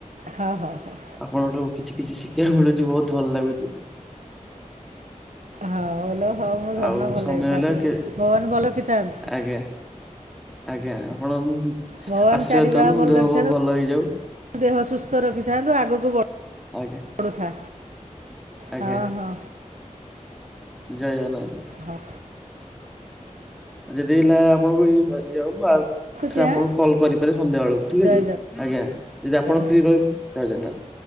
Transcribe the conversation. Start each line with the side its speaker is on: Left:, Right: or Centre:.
Right: ହଁ, ହଁ, ହଁ।
Centre: ଆପଣଙ୍କ ଠୁ଼ କିଛି କିଛି ଶିଖୀବାକୁ ମିଳୁଛି, ବହୁତ ଭଲ ଲାଗୁଚି।
Right: ହଉ ଲୋ ହଉ ମୋ ଧନ
Centre: ଆଉ
Right: ଭଲରେ
Centre: ସମୟ ହେଲା
Right: ଥା ସବୁ,
Centre: କେ
Right: ଭଗବାନ ଭଲରେ ରଖିଥାନ୍ତୁ।
Centre: ଆଜ୍ଞା, ଆଜ୍ଞା ଆପଣ-ଅ-ଅ
Right: ଭଗବାନ
Centre: ଆଶୀର୍ବାଦ
Right: ଚାରି
Centre: ଦିଅନ୍ତୁ
Right: ବାହା
Centre: ମୋ
Right: ଭଲ
Centre: ଦେହ
Right: ରଖିଥାନ୍ତୁ
Centre: ପହ ଭଲ ହେଇଯାଉ।
Right: ଦେହ ସୁସ୍ଥ ରଖିଥାନ୍ତୁ ଆଗକୁ ବ
Centre: ଆଜ୍ଞା,
Right: ବଡ଼ୁଥା
Centre: ଆଜ୍ଞା
Right: ହଁ, ହଁ,
Centre: ଜୟ ଜଗନ୍ନାଥ।
Right: ହଁ,
Centre: ଯଦି ହେଲା ଆପଣଙ୍କୁଇ। <unintelligible> ଥରେ
Right: ରଖୁଛି
Centre: ଆପଣଙ୍କୁ
Right: ଆଁ
Centre: କଲ୍ କରିପାରେ ସନ୍ଧ୍ୟା ବେଳକୁ ଠିକ
Right: ଜୟ
Centre: ଅଛି, ଆଜ୍ଞା, ଯଦି
Right: ଜଗନ୍ନାଥ
Centre: ଆପଣ ଫ୍ରି ରହିବେ ଜୟଜଗନ୍ନାଥ।